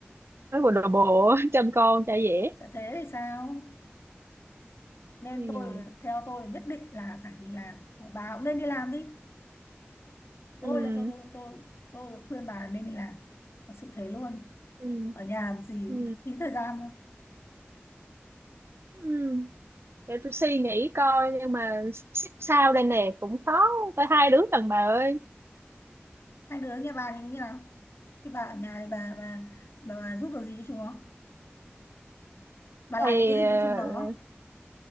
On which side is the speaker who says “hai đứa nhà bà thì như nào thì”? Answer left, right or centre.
Left